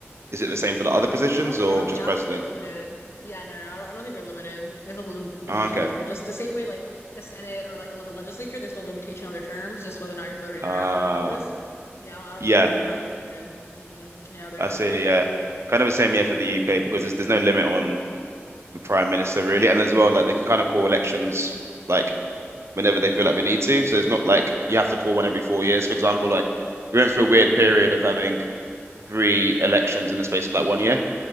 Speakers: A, on the right; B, on the left.
A: Is it the same for the
B: No,
A: other
B: I
A: positions
B: don't think I don't think
A: or
B: I don't
A: just
B: yeah,
A: president?
B: I don't think they're limited. Yeah, no, no, no, I don't I don't think they're limited. There's a little limitation
A: Ah, okay.
B: on the term. Just the same way like the Senate or like the legislature, there's no limitation on their terms, just whether or not you're voted in
A: Uh,
B: or out of office. Yeah, I don't, I don't
A: yeah,
B: think they're they're not limited. Mm-mm. Yeah, they're
A: I
B: not.
A: see, yeah. Kind of the same, yeah, for the
B: Yeah.
A: UK because there's, there's no limit on the prime minister really. And as well, like they can kind of call elections like whenever they feel like we need to. So it's not like you have to call one every four years, for example. Like we went through a weird period of having three elections in the space of like one year,